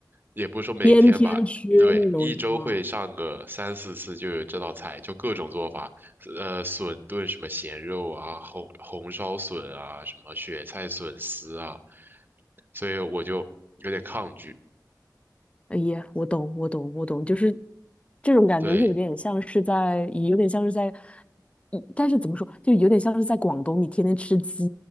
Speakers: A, on the right (about 30°); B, on the left (about 15°).
A: 也不是说每天吧，
B: 天天吃那种是吗？
A: 对，一周会上个三四次就有这道菜，就各种做法，呃，笋炖什么咸肉啊，红红烧笋啊，什么雪菜笋丝啊，所以我就有点抗拒，
B: 哎呀，我懂，我懂，我懂，就是这种感觉，
A: 对，
B: 又有点像是在，有点像是在，嗯但是怎么说，就有点像是在广东，你天天吃鸡，